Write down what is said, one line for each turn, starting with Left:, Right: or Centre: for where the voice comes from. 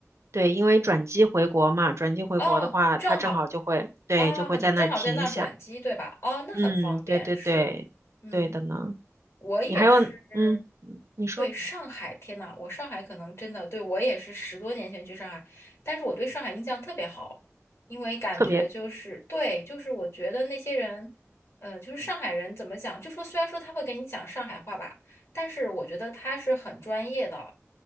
Right: 对，因为转机回国嘛，
Left: 是
Right: 转机回国的话，
Left: 哦，正好
Right: 它正好就会，对，
Left: 啊，
Right: 就会在那儿停一下。
Left: 你正好在那儿转机，对吧？哦，那很方便，
Right: 嗯，对对对，
Left: 是，嗯，
Right: 对的呢。
Left: 我也是，
Right: 你还有，嗯，你说
Left: 对，上海，天呐，我上海可能真的，对，我也是十多年前去上海，但是我对上海印象特别好，因为感觉就是，
Right: 特别
Left: 对，就是我觉得那些人，呃，就是上海人怎么讲，就说虽然说他会给你讲上海话吧，但是我觉得他是很专业的，